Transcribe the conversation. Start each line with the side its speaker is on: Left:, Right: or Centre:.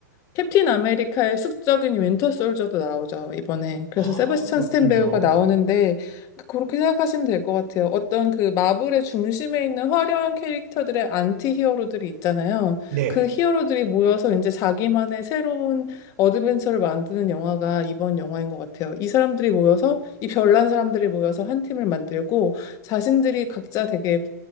Left: 캡틴 아메리카의 숙적인 윈터 솔저도 나오죠, 이번에. 그래서
Right: 아,
Left: 세바스찬
Right: 그렇군요.
Left: 스탠 배우가 나오는데, 그렇게 생각하시면 될 것 같아요. 어떤 그 마블의 중심에 있는 화려한 캐릭터들의 안티 히어로들이 있잖아요.
Right: 네.
Left: 그 히어로들이 모여서 이제 자기만의 새로운 어드벤처를 만드는 영화가 이번 영화인 것 같아요. 이 사람들이 모여서, 이 별난 사람들이 모여서 한 팀을 만들고, 자신들이 각자 되게